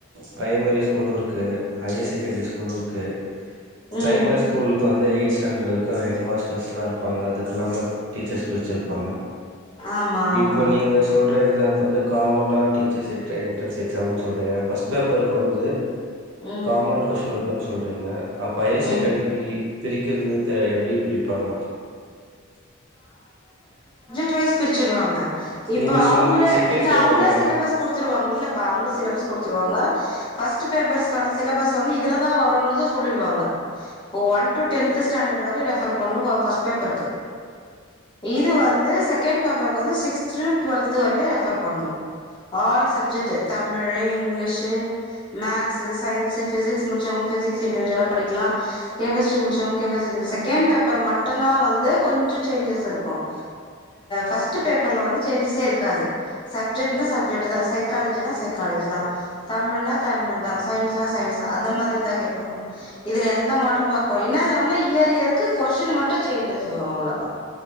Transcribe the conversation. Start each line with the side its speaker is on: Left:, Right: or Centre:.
Right: பிரைமரி ஸ்கூலும் இருக்கு ஹையர் செகண்ரி ஸ்கூலும் இருக்கு பிரைமரி
Left: ம்
Right: ஸ்கூலுக்கு வந்து எயித் ஸ்டாண்டர்ட்ல வரைக்கும் கேட மஸ்டர்ஸ் எல்லாம் இருப்பாங்க அதுக்கு இல்லாம டீச்சர்ஸ் பிரிச்சிருப்பாங்க
Left: ஆமா ஆமா
Right: இப்போ நீங்க சொல்ற எக்ஸாம்ஸ்கு வந்து கெ காமனா டீச்சர்ஸ்ட்டா என்டரன்ஸ் எக்ஸாம்னு சொல்றீங்க ஃபர்ஸ்ட் பேப்பருக்கு வந்து
Left: ம்
Right: காமன் கொஸ்டின் வேப்பர்னு சொல்றீங்க அப்ப ஆயர்சேகண்ரிக்கு
Left: ம்
Right: பிரிக்கிறது த எப்படி பிரிப்பாங்க
Left: டிரஸ் பிருச்சுடு வாங்க இப்ப
Right: நீங்க
Left: அவங்களே
Right: சொன்னீங்க செகண்ட்
Left: இல்ல
Right: பேப்பர்ல
Left: அவங்களே சிலபஸ் கொடுத்துருவாங்க இல்லப்பா அவங்களே சிலபஸ் குடுத்துடுவங்க பஸ்டு போப்பர்ஸ்கான சிலம்பஸ் வந்து இதுலதான் வர்றும்ன்ரது செல்லிடுவாங்க ஒன் டூ டேன்த்து ஸ்டேன்டு வரை ரெஃர்பண்ணிவா பஸ்டுபோப்பருக்கு இது வந்து செகண்ட் பேப்பருக்கு வந்து சிக்ஸ்த் டுவெல்த் வரையும் ரெபர் பண்ணும் all subject Tamil English maths science physics முடிச்சவங்க பிசிக்ஸ் இண்டடிவிஜுவலா படிக்கலாம் கெமிஸ்ட்ரி முடிச்சவங்க கெமிஸ்டரி கேன் பேப்பர் மட்டும்தான் வந்து பஸ்டு சேஞ்சஸ் இருக்கும் பஸ்ட் பேப்பர்ல வந்து சேஞ்ஞசே இருக்காது சப்ஜெட்டுன சப்ஜெட்டு தான் சை சைாக்லஜா சைக்காலஜி தான் தமிழ்னா தமிழ் தான் சயின்ஸ்ன சயின்ஸ் தான் அந்த மாதிரி தான் கேட்பாங்க இதுல எந்த மாற்றமா இரு என்ன இயர் இயருக்கு கொஸின் மட்டும் சேஞ்ச வ அவளவுதான்